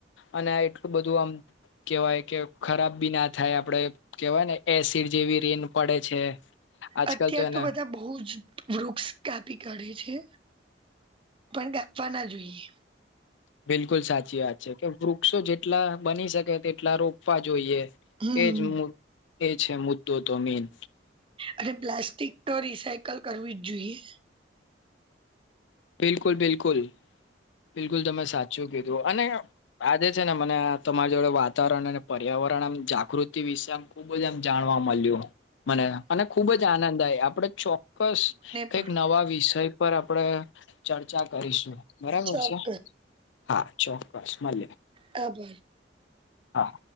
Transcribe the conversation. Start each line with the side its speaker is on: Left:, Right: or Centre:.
Left: અને આ એટલું બધું આમ કેવાય કે ખરાબ બી ના થાય આપડે કેવાય ને એસિડ જેવી રેન પડે છે. આજકાલ
Right: અત્યાર
Left: એને
Right: તો બધા બહુ જ વૃક્ષ કાપી કાઢે છે પણ કાપવા ના જોઈએ.
Left: બિલકુલ સાચી વાત છે કે વૃક્ષો જેટલા બની શકે તેટલા રોપવા જોઈએ.
Right: હમ
Left: એજ એ છે મુદ્દો તો મેઈન.
Right: અને પ્લાસ્ટિક તો રિસાયકલ કરવી જ જોઈએ.
Left: બિલકુલ બિલકુલ બિલકુલ તમે સાચું કીધું અને આજે છે ને મને તમારી જોડે વાતાવરણ અને પર્યાવરણ આમ જાગૃતિ વિશે આમ ખુબ જ એમ જાણવા મળ્યું. મને મને ખુબ જ આનંદ આ આપડ ચોક્કસ કઈક
Right: પણ
Left: નવા વિષય ઉપર આપણેે ચર્ચા કરીશું, બરાબર
Right: ચોક્કસ
Left: છે, હા, ચોક્કસ મલી
Right: ખબર-
Left: હા